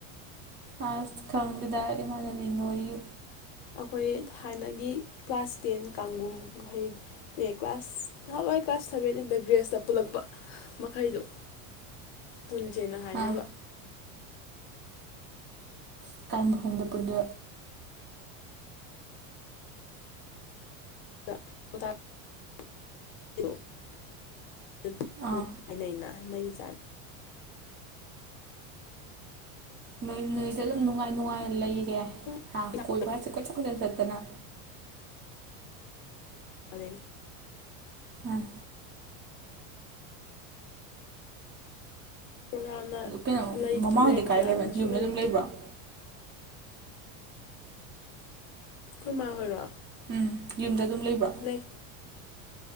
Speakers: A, on the right (about 25°); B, on the left (about 50°).
A: ꯑ ꯀꯗꯔ ꯃꯥꯅꯅꯣꯔꯤ
B: ꯑꯩꯈꯣꯏ ꯊꯥꯟꯅꯒꯤ ꯀ꯭ꯂꯥꯁ ꯇꯦꯟ ꯀꯥꯡꯒꯨꯝꯍꯩ ꯑꯦ ꯀ꯭ꯂꯥꯁ ꯅꯍꯥꯟꯋꯥꯏ ꯀ꯭ꯂꯥꯁ ꯁꯕꯦꯟ ꯏꯟꯗ ꯒ꯭ꯔꯦꯖꯇ ꯄꯨꯜꯂꯛꯄ ꯃꯈꯩꯗꯨꯣ
A: <inaudible> <unintelligible>
B: ꯄꯨꯟꯁꯦꯟꯅ ꯍꯥꯏꯅꯕ
A: ꯑꯥ ꯑꯀꯥꯏꯕꯐꯝꯗ ꯄꯨꯟꯗꯨ
B: <inaudible> <unintelligible> <unintelligible>
A: ꯑꯥ ꯅꯣꯏ ꯅꯣꯏꯁꯦ ꯑꯗꯨꯝ ꯅꯨꯡꯉꯥꯏ ꯅꯨꯡꯉꯥꯏ ꯂꯩꯔꯦ
B: ꯅꯩꯖꯥꯠꯅꯤ
A: ꯍꯥ ꯀꯣꯏꯕꯁꯦ ꯀꯣꯏ ꯆꯠ ꯀꯣꯏꯆꯠ ꯆꯠꯇꯅ
B: ꯑꯗꯩꯩ
A: ꯎꯝ
B: ꯄ꯭ꯔꯣꯒ꯭ꯔꯥꯝꯅ
A: ꯑꯗꯨ ꯀꯩꯅꯣ
B: ꯂꯩ
A: ꯃꯃꯥ
B: ꯂꯩꯔꯛꯇ꯭ꯔꯀꯥꯟꯗꯅ
A: ꯍꯣꯏꯗꯤ ꯀꯥꯏ ꯂꯩꯕ ꯌꯨꯝꯗ
B: ꯁꯨꯡꯂꯩ
A: ꯑꯗꯨꯝ
B: ꯂꯩꯇꯦ
A: ꯂꯩꯕ꯭ꯔꯣ <inaudible> <unintelligible>
B: ꯈꯣꯏ ꯃꯥ ꯍꯣꯏꯔꯣ
A: ꯎꯝ ꯌꯨꯝꯗ ꯑꯗꯨꯝ ꯂꯩꯕ꯭ꯔꯥ
B: ꯂꯩ